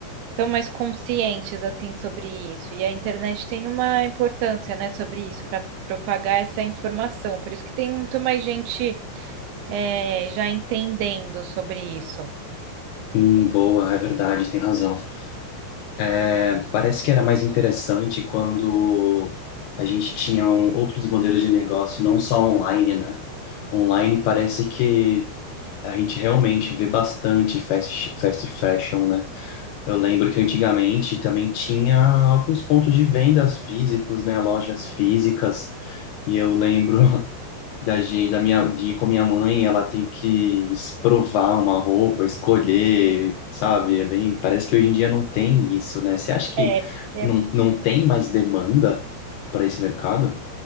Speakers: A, on the right; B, on the left.
A: mais conscientes assim sobre isso. E a internet tem uma importância, né, sobre isso, para propagar essa informação. Por isso que tem muito mais gente é, já entendendo sobre isso.
B: Hum, boa, é verdade, tem razão. É, parece que era mais interessante quando a gente tinha um- outros modelos de negócio, não só online, né? Online parece que a gente realmente vê bastante fast, fast fashion, né? Eu lembro que antigamente também tinha alguns pontos de vendas físicos, né? Lojas físicas. E eu lembro <laughs> da, gen- da minha, de ir com a minha mãe, ela tem que es- provar uma roupa, escolher, sabe? É bem, parece que hoje em dia não tem isso, né? Você acha que
A: É, porque
B: não, não tem mais demanda para esse mercado?